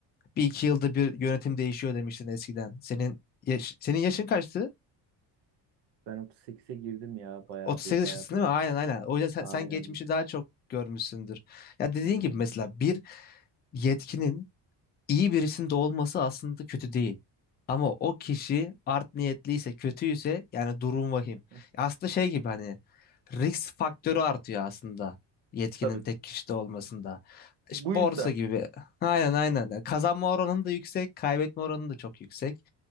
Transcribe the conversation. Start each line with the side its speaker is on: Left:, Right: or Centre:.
Left: bir iki yılda bir yönetim değişiyor demiştin eskiden. Senin yaş- senin yaşın kaçtı?
Right: Ben 38'e girdim ya bayağı
Left: 38
Right: bir
Left: yaşındasın
Right: bayağı bir.
Left: değil mi? Aynen aynen. O yüzden sen,
Right: Aynen.
Left: sen geçmişi daha çok görmüşsündür. Ya dediğin
Right: Hmm.
Left: gibi mesela bir yetkinin iyi birisinde olması aslında kötü değil. Ama o kişi art niyetliyse, kötüyse yani durum vahim.
Right: <laughs>
Left: Aslında şey gibi hani risk faktörü artıyor aslında yetkinin
Right: Tabii.
Left: tek kişide olmasında.
Right: Bu
Left: İşte borsa
Right: yüzden.
Left: gibi. Aynen aynen. Yani Kazanma oranın da yüksek, kaybetme oranı da çok yüksek.